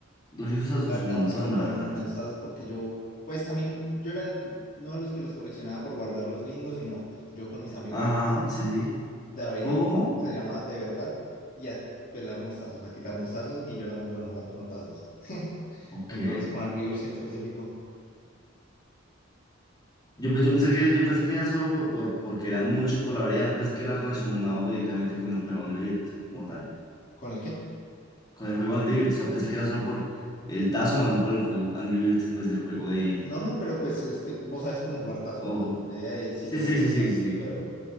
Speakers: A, on the left; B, on the left.
A: 200 tazos,
B: La verdad
A: un montón,
B: no sé qué pasaron
A: la verdad.
B: con esos tazos porque yo, pues también, yo era no de los que los coleccionaba por guardarlos lindos, sino yo con mis amigos
A: Ajá,
B: jugábamos
A: ajá, sí, sí.
B: daveritos,
A: ¿Cómo?
B: como se llamaba de verdad, y a pelarnos tazos, a quitarnos tazos, y yo era muy bueno jugando con tazos. <laughs>
A: Ok.
B: Entonces, con Angry Birds en específico.
A: Yo, pe- yo pensé que, yo pensé que era solo por, por, porque eran muchos, por la variedad, no pensé que era relacionado directamente con el juego Angry Birds, como tal.
B: ¿Con el qué?
A: Con el juego Angry Birds, o sea, pensé que era solo por el tazo, más no por el juego Angry Birds, pues del juego de...
B: No, no, pero pues es que vos sabes cómo jugar tazos.
A: o-
B: La, la idea de si
A: Sí,
B: te vuelto
A: sí, sí,
B: el
A: sí,
B: tazo
A: sí,
B: me
A: sí.
B: lo quedo.